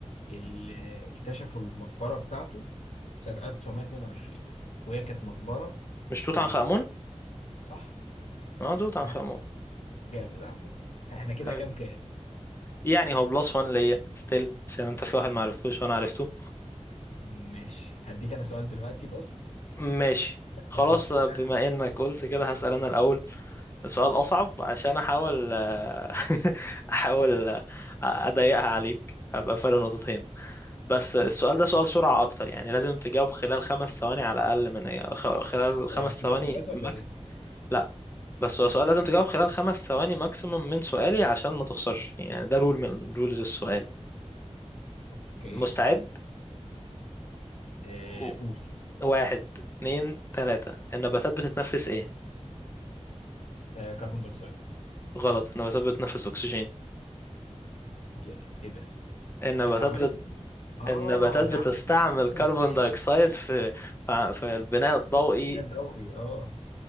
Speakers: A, on the left (about 70°); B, on the left (about 20°).
A: اللي اكتشفوا المقبرة بتاعته سنة 1922 وهي كانت مقبرة
B: مش
A: سليمة
B: توت عنخ آمون
A: صح
B: اه توت
A: ها
B: عنخ آمون
A: جامد عامة احنا كده
B: حبيبي.
A: كام كام
B: يعني هو بلس وان ليا ستيل عشان انت
A: أوكي.
B: في واحد ما عرفتوش وانا عرفته
A: ماشي هديك انا سؤال دلوقتي بص
B: ماشي خلاص
A: لك راسك
B: بما انك قلت كده هسأل انا الاول سؤال أصعب عشان أحاول آه، <laughs> أحاول آه، أضيقها عليك أبقى فرق نقطتين بس السؤال ده سؤال سرعة أكتر يعني لازم تجاوب خلال خمس ثواني على الأقل من خ- خلال خمس
A: آه، في
B: ثواني
A: حسابات ولا
B: ماكس
A: ايه؟
B: لا بس هو سؤال لازم تجاوب خلال خمس ثواني ماكسيموم من سؤالي عشان ما تخسرش يعني ده رول من رولز السؤال
A: اوكي
B: مستعد
A: آه،
B: و-
A: قول
B: واحد اتنين تلاتة النباتات بتتنفس إيه؟
A: آه، كربون دايوكسيد
B: غلط النباتات بتتنفس أكسجين
A: ي- ايه ده؟
B: النباتات
A: بس عملية الفو- اه
B: النباتات
A: ده
B: بتستعمل
A: عملية الفوتوسنتيشن
B: كربون دايوكسيد في في في البناء الضوئي
A: ده ضوئي اه